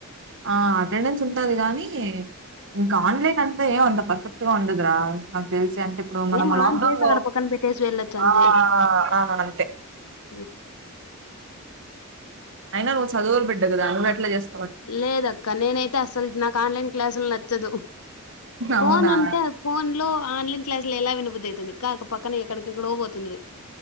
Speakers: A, on the right; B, on the left.
A: ఆ అటెండెన్స్ ఉంటది. గానీ ఇంకా ఆన్లైన్ అంతే ఏం అంత పర్ఫెక్ట్ గా ఉండదురా నాక్ తెలుస్ అంటే ఇప్పుడు మనము
B: ఏం ఆన్
A: లాక్డౌన్
B: చేసి
A: లో
B: అక్కడ పక్కన పెట్టేసి వెళ్ళొచ్చు అంతే
A: ఆహ్ ఆ అంతే
B: హ్మ్.
A: అయినా నువ్వు చవులు బిడ్డ కదా నువ్వు ఎట్లా చేస్తవ్
B: లేదక్క నేనైతే అస్సలు నాకు ఆన్లైన్ క్లాసులు నచ్చదు. ఫోన్
A: అవునా!
B: ఉంటే ఫోన్ లో ఆన్లైన్ క్లాసులు ఎలా వినబుద్ధయితది. కక్ పక్కన ఎక్కడకేక్కడో పోత్ తుందువి